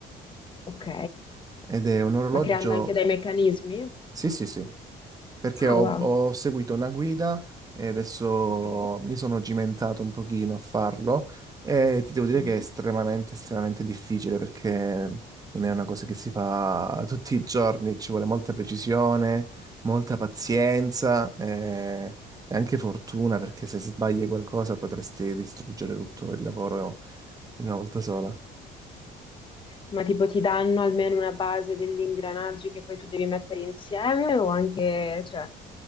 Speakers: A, on the left; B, on the right.
A: Ok,
B: ed è un orologio,
A: ma creando anche dei meccanismi?
B: sì, sì, sì, perché
A: Ah,
B: ho,
A: wow,
B: ho seguito una guida e adesso
A: ok.
B: mi sono cimentato un pochino a farlo e ti devo dire
A: Mm.
B: che è estremamente, estremamente difficile perché non è una cosa che si fa <laughs> tutti i giorni, ci vuole molta precisione, molta pazienza eh, e anche fortuna perché se sbagli qualcosa potresti distruggere tutto il lavoro in una volta sola.
A: Ma tipo ti danno almeno una base degli ingranaggi che poi tu devi mettere insieme o anche, cioè,